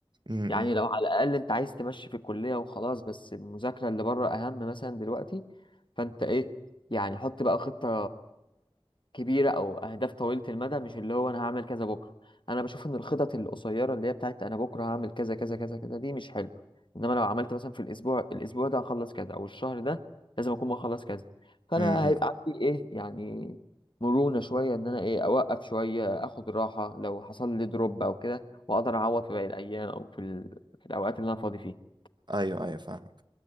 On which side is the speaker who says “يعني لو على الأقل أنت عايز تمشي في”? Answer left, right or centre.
Left